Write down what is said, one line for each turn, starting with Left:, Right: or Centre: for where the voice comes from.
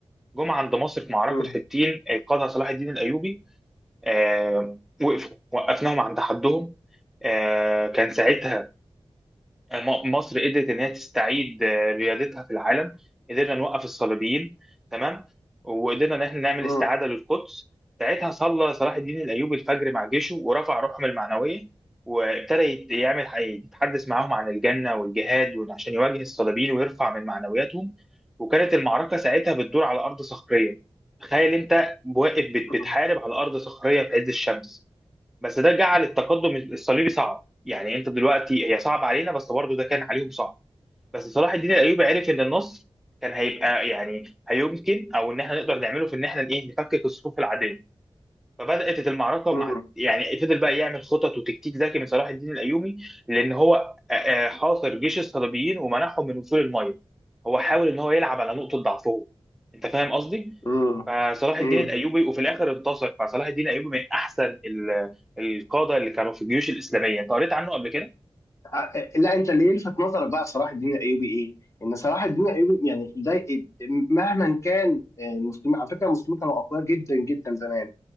Centre: جم عند مصر في معركة
Left: مم،
Centre: حطين قادها صلاح الدين الأيوبي آه، وقفوا وقفناهم عند حدهم آه، كان ساعتها م- مصر قدرت ان هي تستعيد آه، ريادتها في العالم قدرنا نوقف الصليبيين تمام وقدرنا ان احنا نعمل
Left: مم،
Centre: استعاده للقدس ساعتها صلى صلاح الدين الايوبي الفجر مع جيشه ورفع روحهم المعنويه وابتدى يت- يعمل ح- يتحدث معاهم عن الجنه والجهاد وإن عشان يواجه الصليبيين ويرفع من معنوياتهم وكانت المعركه ساعتها بتدور على ارض صخريه تخيل انت واقف بت-
Left: مم،
Centre: بتحارب على ارض صخريه في عز الشمس بس ده جعل التقدم الصليبي صعب يعني انت دلوقتي هي صعب علينا بس برضه ده كان عليهم صعب بس صلاح الدين الايوبي عرف ان النصر كان هيبقى يعني هيمكن او ان احنا نقدر نعمله في ان احنا ايه نفكك الصفوف العاديه فبدات المعركه
Left: مم،
Centre: مع يعني فضل بقى يعمل خطط وتكتيك ذكي من صلاح الدين الايوبي لان هو آه، آه، حاصر جيش الصليبيين ومنعهم من وصول الميه هو حاول ان هو يلعب على نقطه ضعفهم انت فاهم قصدي؟
Left: مم،
Centre: فصلاح الدين
Left: مم.
Centre: الايوبي وفي الاخر انتصر فصلاح الدين الايوبي من احسن ال- القاده اللي كانوا في الجيوش الاسلاميه انت قريت عنه قبل كده
Left: ع- لا انت اللي يلفت نظرك بقى في صلاح الدين الايوبي ايه؟ ان صلاح الدين الايوبي يعني ده إيه؟ مهما كان آه، المسلمين على فكره المسلمين كانوا اقوياء جدا جدا زمان